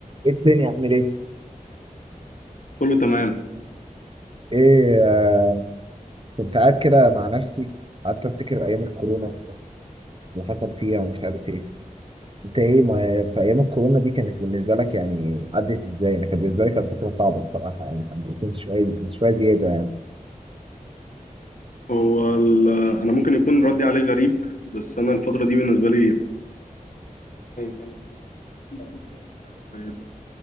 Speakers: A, on the right; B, on the left.
A: ايه الدنيا عامل ايه؟
B: كله تمام
A: ايه آه كنت قاعد كده مع نفسي قعدت افتكر ايام الكورونا اللي حصل فيها ومش عارف ايه انت ايه ما في ايام الكورونا دي كانت بالنسبه لك يعني عدت ازاي؟ انا كانت بالنسبه لي كانت فتره صعبه الصراحه يعني كان بروتين شويه شويه زياده يعني
B: هو ال- انا ممكن يكون ردي عليه غريب بس انا الفتره دي بالنسبه لي كانت مقضيت فيها ذكريات كويسه